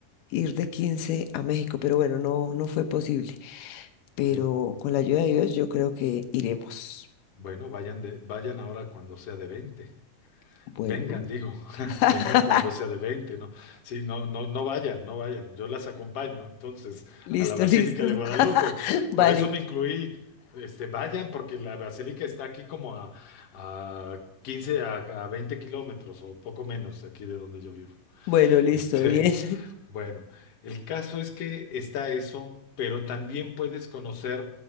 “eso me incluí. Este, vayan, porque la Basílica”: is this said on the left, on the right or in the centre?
Left